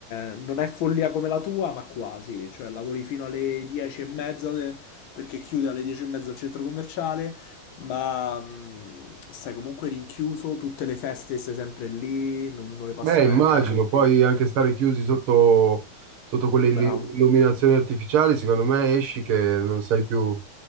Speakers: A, on the left; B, on the right.
A: è- non è follia come la tua, ma quasi. Cioè, lavori fino alle 10 e mezza de- perché chiude alle 10 e mezza il centro commerciale, ma mh, stai comunque rinchiuso, tutte le feste stai sempre lì, non, non le passi
B: Eh,
A: mai
B: immagino,
A: a casa perché...
B: poi anche stare chiusi sotto, sotto quelle illu-
A: Bravo.
B: illuminazioni artificiali, secondo me esci che non sai più...